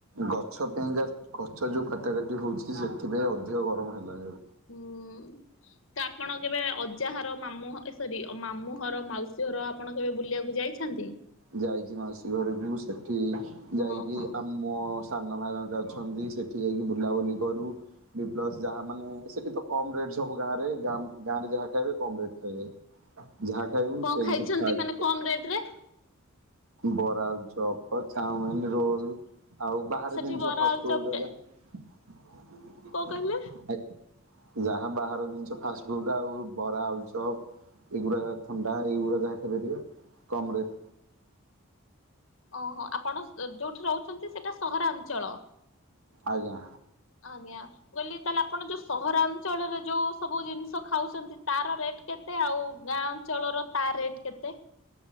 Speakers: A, on the right; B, on the left.
A: ଗଛ ପେଇଁକା ଗଛ ଯୋଉ କଟା କାଟି ହୋଉଚି ସେଥିପାଇଁ ଅଧିକ ଗରମ ହେଲାଣି।
B: ହୁଁ। ତ ଆପଣ କେବେ ଅଜାଘର ମାମଁ ସରି ମାମୁଁଘର ମାଉସୀ ଘର ଆପଣ କେବେ ବୁଲିଆକୁ ଯାଇଛନ୍ତି?
A: ଯାଇଚି ମାଉସୀ ଘରକୁ ସେଠି ଯାଇକି
B: ଓହୋ
A: ଆମ ସାନ ଭାଇ ମାନେ ଜାଉଛନ୍ତି ସେଠି ଯାଇକି ବୁଲାବୁଲି କରୁ। ବି ପ୍ଲସ ଯାହା ମାନେ ସେଠି ତ କମ ରେଟ୍ ସବୁ ଗାଁରେ ଗାଁ ଗାଁରେ ଯାହା ଖାଇବେ କମ ରେଟ୍ ରେ ଖାଇବେ। ଯାହା ଖାଇବୁ
B: କଣ
A: ଯାଇକି
B: ଖାଇଛନ୍ତି
A: ସେଠି ଖାଆଖି
B: ମାନେ
A: କରୁ।
B: କମ ରେଟ୍ ରେ।
A: ବରା, ଆଳୁଚପ, ଚାଓମିନି, ରୋଲ। ଆଉ ବାହାରେ
B: ସେଠି
A: ଜିନିଷ
B: ବରା
A: ଫାଷ୍ଟ
B: ଆଳୁଚପ
A: ଫୁଡ୍ ରେ
B: କେ
A: ଜାହା ଆଜ୍ଞା।
B: କଣ କହିଲେ?
A: ଯାହା ବାହାର ଜିନିଷ ଫାଷ୍ଟଫୁଡ ଆଉ ବରା, ଆଳୁଚପ। ଏଗୁଡା ଥଣ୍ଡା ଏଗୁଡା ଯାହା ଖାଇପାରିବ କମ ରେଟ୍।
B: ଓହୋ ଆପଣ ଯୋଉଠି ରହୁଚନ୍ତି ସେଟା ସହରାଞ୍ଚଳ?
A: ଆଜ୍ଞା।
B: ଆଜ୍ଞା ମୁଁ କହିଲି ଆପଣ ଯୋଉ ସହରାଞ୍ଚଳରେ ଯୋଉ ସବୁ ଜିନିଷ ଖାଉଚନ୍ତି ତାର ରେଟ୍ କେତେ ଆଉ ଗାଁ ଅଞ୍ଚଳର ତା ରେଟ୍ କେତେ?